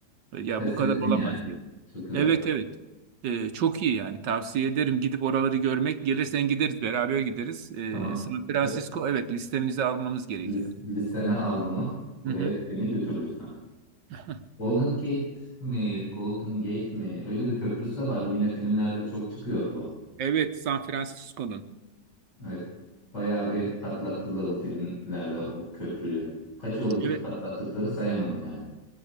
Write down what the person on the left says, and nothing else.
Test
ettin
yani.
Çok güzel.
Tamam.
Ve
lis- listene al bunu. Buraya
beni götür lütfen.
Golden Gate mi? Golden Gate mi? Öyle bir köprüsü de var. Yine filmlerde çok çıkıyor bu.
Evet. Bayağı bir patlattılar o filmlerde o köprüyü. Kaç oldu
ka- patlattıkları sayamadım yani.